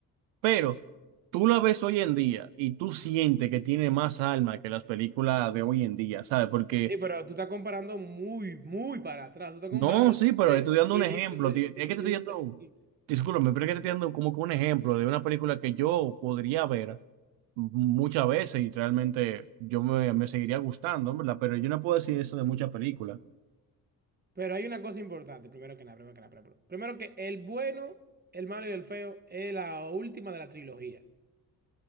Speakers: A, on the right; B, on the right.
A: pero tú la ves hoy en día y tú sientes que tiene más alma que las películas de hoy en día, ¿sabes? Porque
B: Sí, pero tú estás comparando muy, muy para atrás. Tú estás
A: No,
B: comparando
A: sí, pero
B: de
A: estoy dando
B: inicios
A: un ejemplo.
B: del,
A: ti- Es
B: inicios
A: que te estoy dando,
B: del siglo.
A: discúlpame, pero es que te estoy dando como que un ejemplo de una película que yo podría ver muchas veces y realmente yo me, me seguiría gustando, ¿verdad? Pero yo no puedo decir eso de muchas películas.
B: Pero hay una cosa importante, primero que nada, primero que nada. Primero primero que el bueno, el malo y el feo es la última de la trilogía.